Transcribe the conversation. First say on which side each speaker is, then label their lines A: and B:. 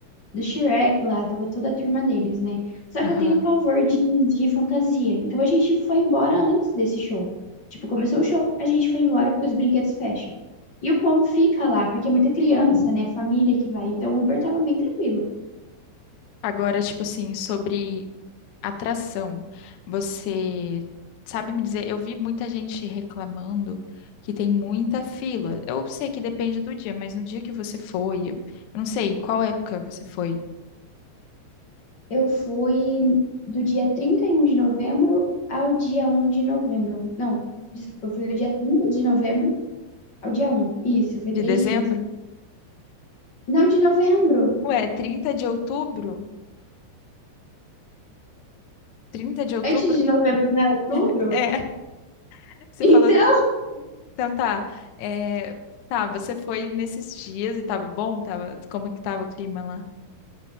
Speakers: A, on the left (about 55°); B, on the left (about 85°).
A: do Shrek lá, tava toda a turma deles, né? Só
B: Aham.
A: que eu tenho pavor de, de fantasia. Então a gente foi embora antes desse show. Tipo, começou o show, a gente foi embora porque os brinquedos fecham. E o povo fica lá, porque é muita criança, né? Família que vai. Então o Uber tava bem tranquilo.
B: Agora, tipo assim, sobre atração, você sabe me dizer? Eu vi muita gente reclamando que tem muita fila. Eu sei que depende do dia, mas no dia que você foi, eu não sei qual época você foi.
A: Eu fui do dia 31 de novembro ao dia um de novembro. Não, desculpa, eu fui do dia 30 de novembro ao dia um. Isso, foi três
B: De dezembro?
A: dias. Não, de novembro.
B: Ué, 30 de outubro? Trinta de outubro?
A: Antes de novembro, não era outubro?
B: É, <laughs>
A: <laughs>
B: você
A: Então.
B: falou, então tá. É, tá, você foi nesses dias e tava bom? Tava, como é que tava o clima lá?